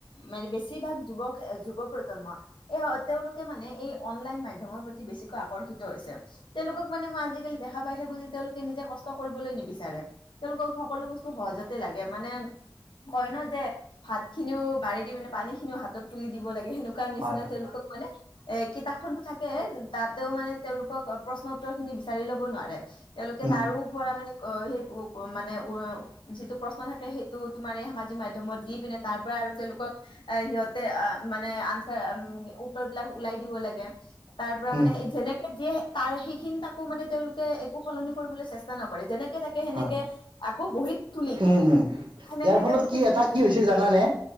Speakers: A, on the left; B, on the right.
A: মানে বেছিভাগ যুৱক যুৱ প্ৰজন্ম। এই তেওঁলোকে মানে এই অনলাইন মাধ্যমৰ প্ৰতি বেছিকৈ আকৰ্ষিত হৈছে। তেওঁলোকক মানে মই আজিকালি দেখ খা পাই থাকো জে তেওঁলোক নিজে কষ্ট কৰিবলৈ নিবিচাৰে। তেওঁলোকক সকলো বস্তু সহজতে লাগে মানে কয় ন যে ভাতখিনিও বাৰী দি মানে পানীখিনিও হাতত তুলি দিব লাগে। সেনেকুৱাৰ নিচিনা
B: হয় হয়।
A: তেওঁলোকক মানে এ কিতাপখনতো থাকে তাতেও মানে তেওঁলোকক প্ৰশ্ন উত্তৰখিনি বিচাৰি ল'ব নোৱাৰে। তেওঁলোকে
B: উম,
A: তাৰো পৰা মানে অ' যিটো প্ৰশ্ন থাকে সেইটো তোমাৰ সামাজিক মাধ্যমত দি পিনে তাৰ আৰু তেওঁলোকক আহ সিহঁতে আহ মানে আনচাৰ উত্তৰ বিলাক উওলাই দিব লাগে। তাৰ পৰা
B: উম,
A: মানে যেনে যিয়ে তাৰ সেইখিনি তাকো মানে তেওঁলোকে একো সলনি কৰিবলৈ চেষ্টা নকৰে। যেনেকে থাকে সেনেকে
B: হয়,
A: আকৌ বহীত তুলি দিয়ে।
B: উম, উম।
A: সেনেকে
B: ইয়াৰ ফলত
A: তেওঁলোকে
B: কি
A: যদি
B: এটা কি হৈছে জানানে?